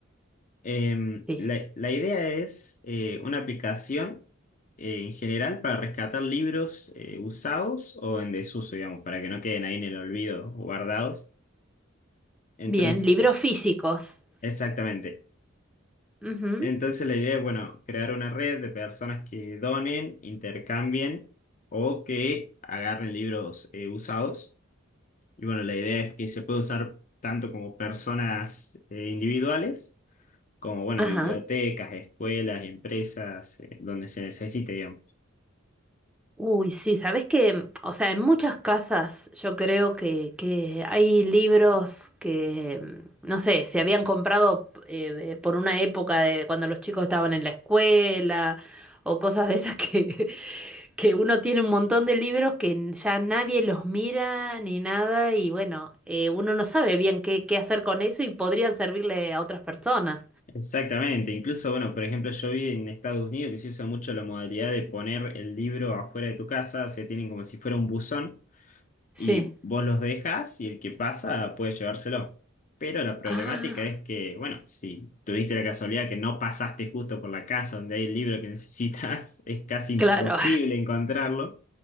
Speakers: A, on the left; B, in the centre.
A: Em,
B: Sí.
A: la, la idea es eh, una aplicación eh, en general para rescatar libros eh, usados o en desuso, digamos, para que no queden ahí en el olvido o guardados. Entonces,
B: Bien, libros físicos.
A: exactamente.
B: Ujú,
A: Entonces la idea es, bueno, crear una red de personas que donen, intercambien o que agarren libros eh, usados. Y bueno, la idea es que se puede usar tanto como personas eh, individuales, como, bueno,
B: Ajá.
A: bibliotecas, escuelas, empresas, eh, donde se necesite, digamos.
B: Uy, sí, sabes que, o sea, en muchas casas yo creo que, que hay libros que, mm, no sé, se habían comprado eh, eh, por una época de cuando los chicos estaban en la escuela o cosas de esas que, <laughs> que uno tiene un montón de libros que n- ya nadie los mira ni nada y bueno, eh, uno no sabe bien qué, qué hacer con eso y podrían servirle a otras personas.
A: Exactamente. Incluso, bueno, por ejemplo, yo vi en Estados Unidos que se usa mucho la modalidad de poner el libro afuera de tu casa, o sea, tienen como si fuera un buzón.
B: Sí.
A: y vos los dejas y el que pasa puede llevárselo. Pero la problemática
B: Ah,
A: es que, bueno, si tuviste la casualidad que no pasaste justo por la casa donde hay el libro que necesitas, <laughs> es casi imposible
B: claro.
A: encontrarlo.